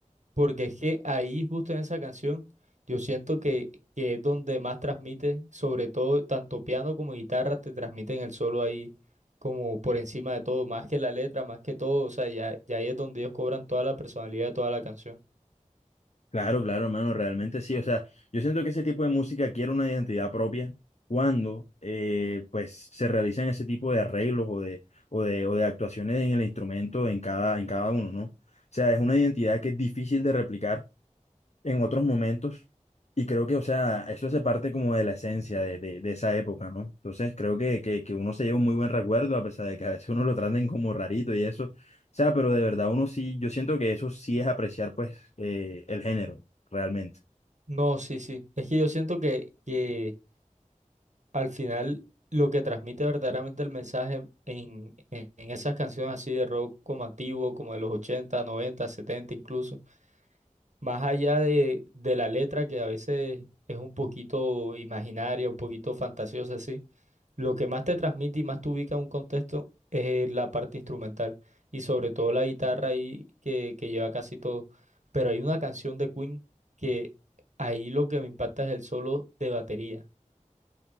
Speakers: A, on the right; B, on the left.
A: porque es que ahí, justo en esa canción, yo siento que, que es donde más transmite, sobre todo tanto piano como guitarra, te transmiten el solo ahí como por encima de todo, más que la letra, más que todo, o sea, ya, ya ahí es donde ellos cobran toda la personalidad de toda la canción.
B: Claro, claro, hermano, realmente sí. O sea, yo siento que ese tipo de música adquiere una identidad propia cuando eh, pues se realizan ese tipo de arreglos o de, o de, o de actuaciones en el instrumento en cada, en cada uno, ¿no? O sea, es una identidad que es difícil de replicar en otros momentos. Y creo que, o sea, eso hace parte como de la esencia de, de, de esa época, ¿no? Entonces creo que, que, que uno se lleva un muy buen recuerdo, a pesar de que a veces uno lo traten como rarito y eso. O sea, pero de verdad uno sí, yo siento que eso sí es apreciar, pues, eh, el género, realmente.
A: No, sí, sí, es que yo siento que, que al final lo que transmite verdaderamente el mensaje en, en en esas canciones así de rock como antiguo, como de los 80 90 70 incluso. más allá de, de la letra que a veces es un poquito imaginaria, un poquito fantasiosa, así, lo que más te transmite y más te ubica en un contexto es la parte instrumental y sobre todo la guitarra ahí que, que lleva casi todo. Pero hay una canción de Queen que ahí lo que me impacta es el solo de batería.